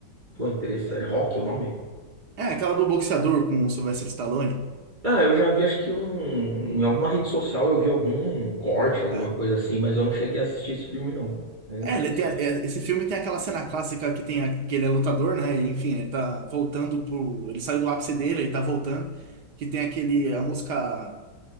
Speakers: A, on the right (about 25°); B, on the right (about 65°).
A: Pô, interessante.
B: É,
A: Rock, o nome?
B: É, aquela do boxeador com o Sylvester Stallone,
A: Ah, eu já vi, acho que um. Em alguma rede social eu vi algum corte, alguma
B: cara.
A: coisa assim, mas eu não cheguei a assistir esse filme, não. Mas é interessante.
B: É, ele tem, a- é, esse filme tem aquela cena clássica que tem a- que ele é lutador, né? E, enfim, ele tá voltando pro. Ele saiu do ápice dele, ele tá voltando. Que tem aquele, a música